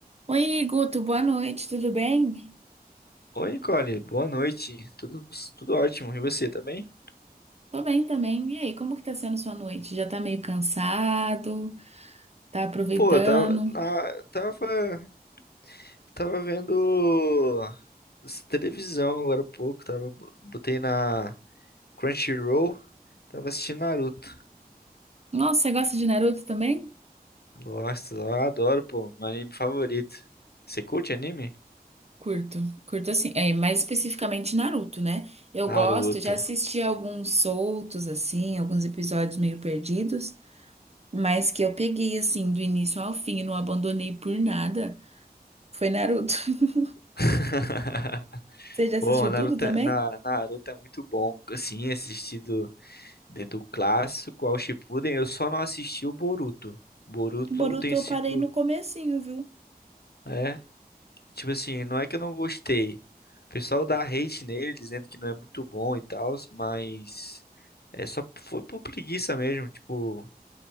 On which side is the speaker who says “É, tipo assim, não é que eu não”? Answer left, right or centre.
Left